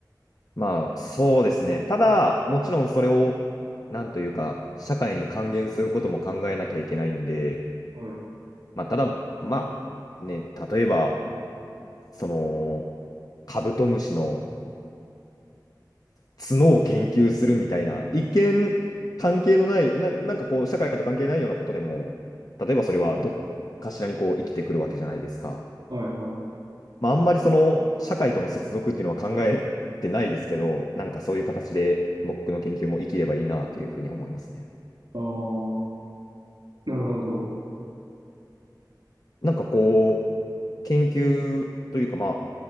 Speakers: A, on the left; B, on the right.
A: まあ、そうですね。ただ、もちろんそれを、なんというか、社会に還元することも考えなきゃいけないんで、
B: はい
A: まあ、ただ、まあ、ね、例えば、その、カブトムシのつ角を研究するみたいな、一見関係のない、な、なんかこう、社会と関係ないようなことでも、例えばそれはどっかしらにこう生きてくるわけじゃないですか。
B: はいはい。
A: まあ、あんまりその社会との接続っていうのは考えてないですけど、なんかそういう形で僕の研究も生きればいいなというふうには思いますね。
B: ああなるほど。
A: なんかこう、研究というか、まあ、